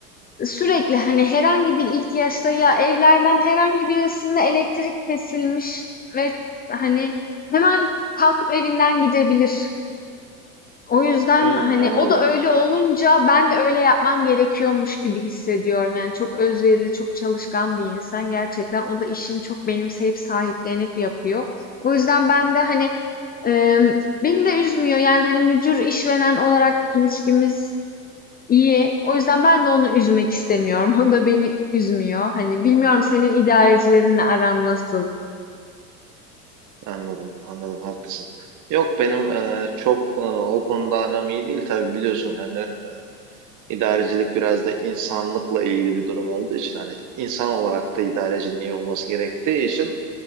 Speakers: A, on the left; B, on the right.
A: sürekli hani herhangi bir ihtiyaçta ya evlerden herhangi birisinde elektrik kesilmiş ve hani hemen kalkıp evinden gidebilir. O yüzden,
B: Hmm,
A: hani,
B: anladım.
A: o da öyle olunca ben de öyle yapmam gerekiyormuş gibi hissediyorum. Yani çok özverili, çok çalışkan bir insan gerçekten. O da işini çok benimseyip, sahiplenip yapıyor. O yüzden ben de, hani, emm, beni de üzmüyor. Yani, hani, müdür işveren olarak ilişkimiz iyi. O yüzden ben de onu üzmek istemiyorum. <laughs> O da beni üzmüyor. Hani, bilmiyorum senin idarecilerinle aran nasıl?
B: Anladım, anladım, haklısın. Yok benim e, çok e, o konuda aram iyi değil tabii biliyorsun hani idarecilik biraz da insanlıkla ilgili bir durum olduğu için hani insan olarak da idarecinin iyi olması gerektiği için